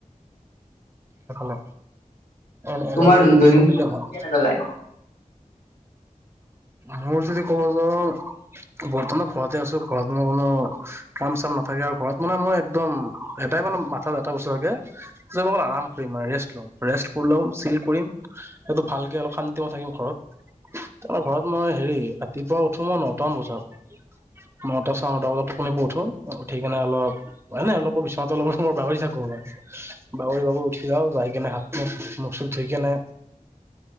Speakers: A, on the right; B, on the left.
A: সেফালে। এন -এনেকৈ
B: তোমাৰ দৈনন্দিন
A: চলিলে ভাল।
B: কেনেকা যায়
A: মোৰ যদি কব যাওঁ বৰ্তমান ঘৰতে আছো ঘৰত মই কোনো কাম - চাম নাথাকে আৰু ঘৰত মানে মই একদম এটাই মানে মাথাত এটা বস্তু থাকে যে মই আৰাম কৰিম আৰ। ৰেষ্ট লম, ৰেষ্ট কৰি লম, চিল কৰিম, সেইটো ভালকে অলপ শান্তি মতে থাকিম ঘৰত।
B: <inaudible>
A: তাৰমানে ঘৰত মই হেৰি ৰাতিপুৱা উঠো মই নটামান বজাত নটা চাৰে নটা বজাত টোপনি প উঠো উঠি কিনে অলপ এনে অলপ বিচনাতে অলপ সময় বাগৰি থাকো। বাগৰি বাবু উঠি যাও যাই কেনে হাত- মুখ, মুখ - চুখ ধুই কেনে
B: <inaudible>